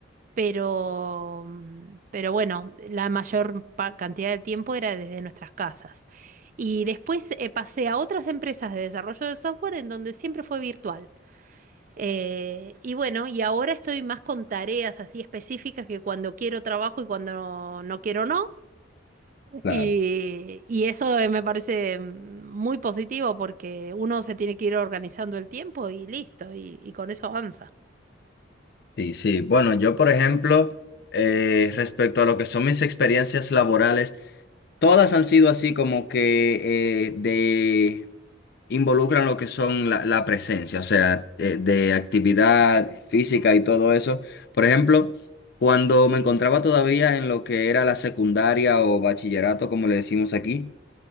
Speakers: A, on the right (about 45°); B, on the left (about 55°).
A: pero, mm, pero bueno, la mayor pa- cantidad de tiempo era desde nuestras casas. Y después eh, pasé a otras empresas de desarrollo de software en donde siempre fue virtual. Eh, y bueno, y ahora estoy más con tareas así específicas que cuando quiero trabajo y cuando no quiero no.
B: Claro.
A: Y, y eso eh, me parece mm, muy positivo porque uno se tiene que ir organizando el tiempo y listo, y, y con eso avanza.
B: Sí, sí. Bueno, yo, por ejemplo, eh, respecto a lo que son mis experiencias laborales, Todas han sido así como que eh, de involucran lo que son la, la presencia, o sea, eh, de actividad física y todo eso. Por ejemplo, cuando me encontraba todavía en lo que era la secundaria o bachillerato, como le decimos aquí,